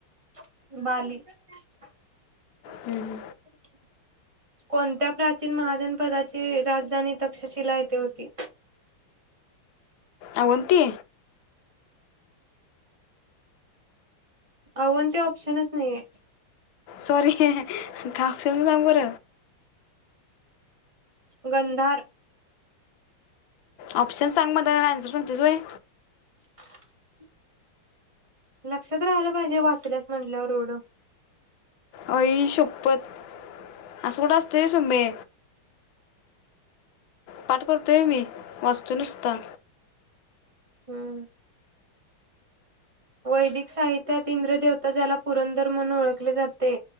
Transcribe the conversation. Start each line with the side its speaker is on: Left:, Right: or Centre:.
Right: <unintelligible>
Left: हम्म.
Right: कोणत्या प्राचीन महाजनपदाची राजधानी तक्षशिला येथे होती?
Left: अवंती
Right: अवंती ऑप्शनच नाहीये?
Left: सॉरी हीं हा अ ऑप्शन सांग बर?
Right: गंधार
Left: ऑप्शन सांग मग त्याला आन्सर सांगितस वय?
Right: <unintelligible> लक्षात राहालं पाहिजे वाचल्यास म्हटल्यावर एवढं
Left: आई शप्पत असं कुठे असतय सुबे पाठ करतोय मी वाचतो नुसता
Right: हम्म वैदिक साहित्यात इंद्रदेवता ज्याला पुरंदर म्हणून ओळखले जाते